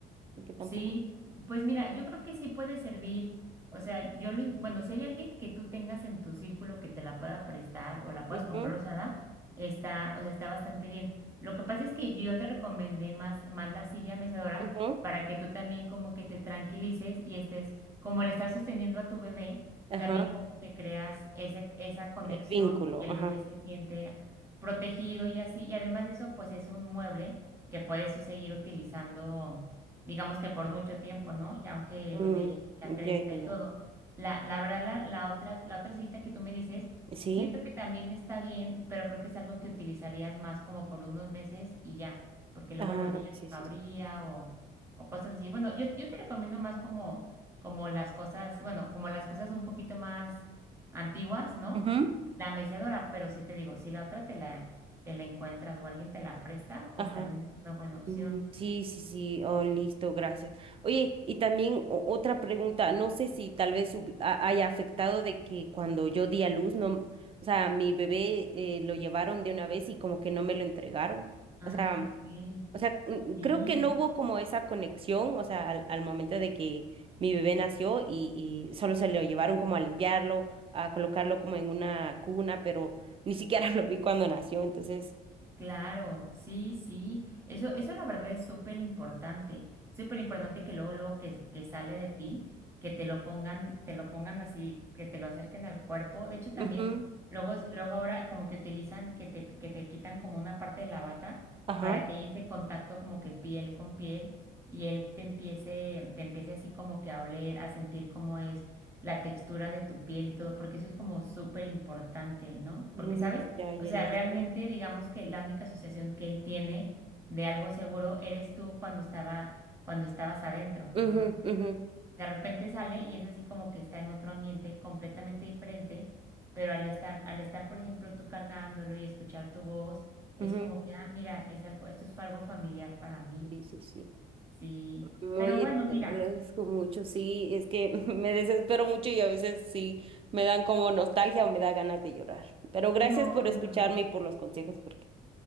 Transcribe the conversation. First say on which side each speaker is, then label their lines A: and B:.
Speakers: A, on the right; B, on the right.
A: porque tampoco.
B: Sí, pues mira, yo creo que sí puede servir. O sea, yo lo, in- bueno, si hay alguien que tú tengas en tu círculo que te la pueda prestar o la puedas
A: Ujú,
B: comprar usada, está, o sea, está bastante bien. Lo que pasa es que yo te recomendé más, más la silla mecedora
A: ujú,
B: para que tú también como que te tranquilices y estés, como el estar sosteniendo a tu bebé,
A: Ajá.
B: también como que creas ese, esa conexión
A: El vínculo.
B: y el
A: Ajá.
B: bebé se siente protegido y así. Y además de eso, pues es un mueble que puedes tú seguir utilizando digamos que por mucho tiempo, ¿no? Ya aunque el
A: Mm,
B: bebé ya, ya crezca
A: ya, ya,
B: y
A: ya.
B: todo. La, la verdad, la, la otra, la otra cita que tú me dices,
A: ¿Sí?
B: siento que también está bien, pero creo que es algo que utilizarías más como por unos meses y ya, porque luego
A: Ajá,
B: el bebé ya
A: sí,
B: no cabría
A: sí, sí.
B: o, o cosas así. Bueno, yo, yo te recomiendo más como, como las cosas, bueno, como las cosas un poquito más antiguas, ¿no?
A: Ujú,
B: La mecedora, pero sí te digo, si la otra te la, te la encuentras o alguien te la presta, pues
A: Ajá.
B: también es una buena opción.
A: Mm, Sí, sí, sí, oh, listo, gracias. Oye, y también o- otra pregunta, no sé si tal vez hubi- ha- haya afectado de que cuando yo di a luz, no, o sea, mi bebé eh, lo llevaron de una vez y como que no me lo entregaron.
B: Ah,
A: O sea,
B: ok.
A: o sea, mm,
B: Sí,
A: creo que no hubo como esa conexión, o sea, al, al momento de que mi bebé nació y, y solo se lo llevaron como a limpiarlo, a colocarlo como en una cuna, pero ni siquiera <laughs> lo vi cuando nació, entonces,
B: claro, sí, sí. Eso, eso la verdad es súper importante. Súper importante que luego, luego que, que sale de ti, que te lo pongan, te lo pongan así, que te lo acerquen al cuerpo. De hecho, también,
A: ujú,
B: luego, es- luego ahora como que utilizan, que te, que te quitan como una parte de la bata
A: ajá.
B: para que haya ese contacto como que piel con piel y él te empiece, te empiece así como que a oler, a sentir cómo es la textura de tu piel y todo, porque eso es como súper importante, ¿no?
A: Mm,
B: Porque sabes
A: ya, ya,
B: O sea,
A: ya,
B: realmente
A: sí.
B: digamos que la única asociación que él tiene de algo seguro eres tú cuando estaba, cuando estabas adentro,
A: Ujú,
B: ¿no?
A: ujú,
B: De repente sale y es así como que está en otro ambiente completamente diferente, pero al estar, al estar, por ejemplo, tú cargándolo y escuchar tu voz, es
A: ujú.
B: como que, ah, mira, es algo, esto fue algo familiar para mí.
A: Sí, sí, sí.
B: Sí.
A: Oye,
B: Pero bueno, mira,
A: te lo agradezco mucho. Sí, es que <laughs> me desespero mucho y a veces sí me dan como nostalgia o me da ganas de llorar. Pero gracias
B: no,
A: por escucharme
B: no.
A: y por los consejos, porque